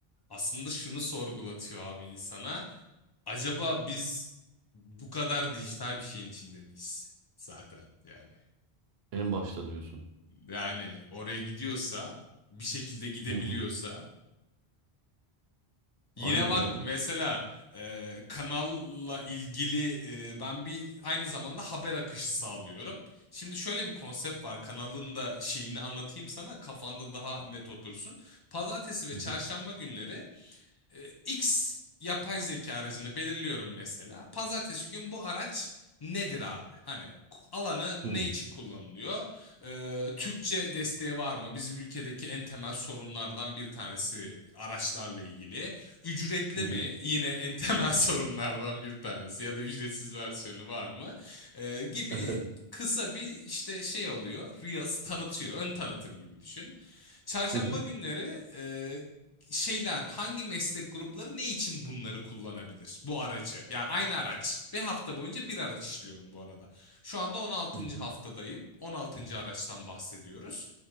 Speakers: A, on the left; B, on the right.
A: Aslında şunu sorgulatıyor abi insana. Acaba biz bu kadar dijital bir şeyin içinde miyiz zaten yani?
B: En başta diyorsun.
A: Yani oraya gidiyorsa bir şekilde gidebiliyorsa
B: Hı hı.
A: Yine
B: Aynen
A: bak
B: ya.
A: mesela e, kanalla ilgili e, ben bir aynı zamanda haber akışı sağlıyorum. Şimdi şöyle bir konsept var. Kanalın da şeyini anlatayım sana kafanda daha net otursun. Pazartesi ve
B: Hı
A: çarşamba
B: hı.
A: günleri e, X yapay zeka aracını belirliyorum mesela. Pazartesi gün bu araç nedir abi? Hani alanı ne
B: Hı hı.
A: için kullanılıyor? E, Türkçe desteği var mı? Bizim ülkedeki en temel sorunlardan bir tanesi araçlarla ilgili. Ücretli
B: hı.
A: mi? Yine en temel <laughs> sorunlardan bir tanesi ya da ücretsiz versiyonu var mı? E, gibi
B: <laughs> Evet.
A: kısa bir işte şey alıyor. Reels tanıtıyor. Ön tanıtım gibi düşün. Çarşamba
B: Hı hı.
A: günleri e, şeyler hangi meslek grupları ne için bunları kullanabilir? Bu aracı. Ya aynı araç. Bir hafta boyunca bir araç işliyorum bu arada. Şu anda on altıncı
B: Hı hı.
A: haftadayım. on altıncı araçtan bahsediyoruz.